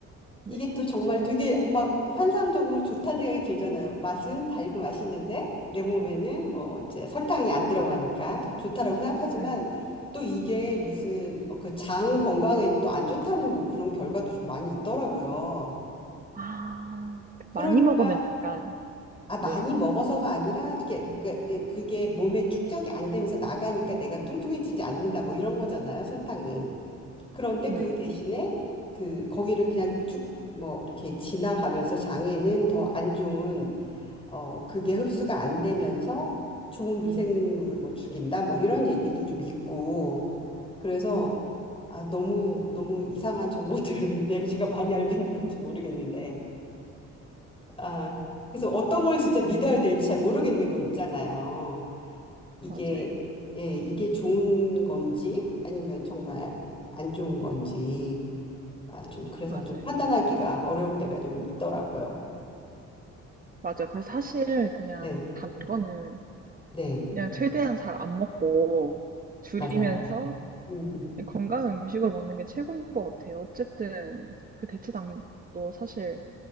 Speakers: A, on the right; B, on the left.
A: 네.
B: 이게 또 정말 되게 막 환상적으로 좋다는 생각이 들잖아요. 맛은 달고 맛있는데 내 몸에는 뭐 이제 설탕이 안 들어가니까 좋다라고 생각하지만
A: 네. 네.
B: 또 이게 무슨 어, 그장 건강에 또 안 좋다는 뭐 그런 결과도 좀 많이 있더라고요.
A: 아, 많이
B: 그러니까
A: 먹으면 약간,
B: 아 많이
A: 네,
B: 먹어서가 아니라 이게 뭐 그러니까 이제 그게 몸에 축적이 안 되면서 나가니까 내가 뚱뚱해지지 않는다 뭐 이런 거잖아요 설탕이. 그런데
A: 네.
B: 그 대신에 그 거기를 그냥 쭉 뭐 이렇게 지나가면서 장에는 더 안 좋은 어 그게 흡수가 안 되면서 좋은 미생물을 뭐 죽인다 뭐 이런 얘기도 좀 있고 그래서
A: 음,
B: 아 너무 너무 이상한 정보들을 <laughs> 내가 제가 많이 알고 있는 건지 모르겠는데 아 그래서 어떤 걸 진짜 믿어야 될지 잘 모르겠는 거 있잖아요. 이게
A: 맞아요.
B: 예, 이게 좋은 건지 아니면 정말 안 좋은 건지 아, 좀 그래서
A: 맞아요,
B: 좀 판단하기가
A: 맞아요.
B: 어려울 때가 좀 있더라고요.
A: 맞아요. 그래서 사실 그냥
B: 네,
A: 단 거는
B: 네,
A: 그냥 최대한 잘 안 먹고 줄이면서
B: 맞아요. 음,
A: 그냥 건강한 음식을 먹는 게 최고인 것 같아요. 어쨌든 그 대체당도 사실